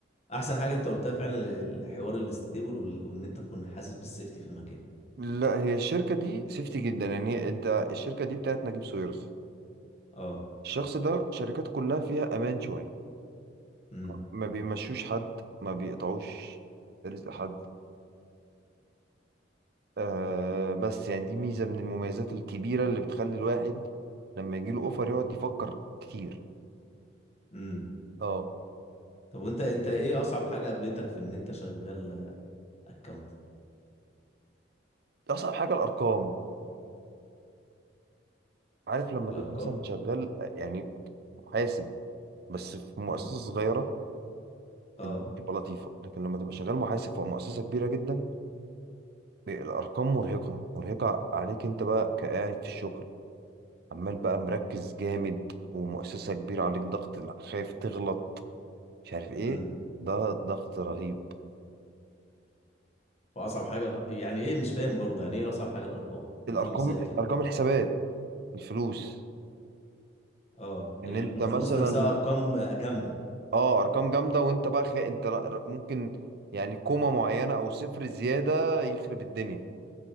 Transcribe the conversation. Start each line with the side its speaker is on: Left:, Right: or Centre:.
Left: احسن حاجه انت قلتها فعلا الحوار الستيبل وال... وان انت تكون حاسس بالسيفتي في المكان
Right: لا هي الشركة دي سيفتي جدا يعني هي- انت الشركة دي بتاعت نجيب ساويرس
Left: اه
Right: الشخص ده شركات كلها فيها امان شوية
Left: امم
Right: ما ما بيمشوش حد ما بيقطعوش رزق حد آه بس يعني دي ميزة من المميزات الكبيرة اللي بتخلي الواحد لما يجيله اوفر يقعد يفكر كتير
Left: امم
Right: اه
Left: طب وانت انت ايه اصعب حاجه قابلتك في ان انت شغال اكونت
Right: اصعب حاجة الارقام عارف لما
Left: الارقام
Right: تبقى مثلا شغال يعني محاسب بس في مؤسسة
Left: امم
Right: صغيرة
Left: اه
Right: الدنيا بتبقى لطيفة لكن لما تبقى شغال محاسب في مؤسسة كبيرة جدا الارقام مرهقه مرهقه عليك انت بقى كقاعد في الشغل عمال بقى مركز جامد ومؤسسه كبيره عليك ضغط لا، خايف تغلط مش عارف ايه
Left: امم
Right: ده ضغط رهيب
Left: واصعب حاجه الأ- يعني ايه مش فاهم برضه يعني ايه اصعب حاجه الارقام اديني
Right: الارقام
Left: مثال كده
Right: ارقام الحسابات الفلوس
Left: اه
Right: ان
Left: ال-
Right: انت
Left: الفلوس
Right: مثلا
Left: نفسها ارقام جامده
Right: اه ارقام جامده وانت بقى خي... انت لا- ممكن يعني كومه معينه او صفر زياده يخرب الدنيا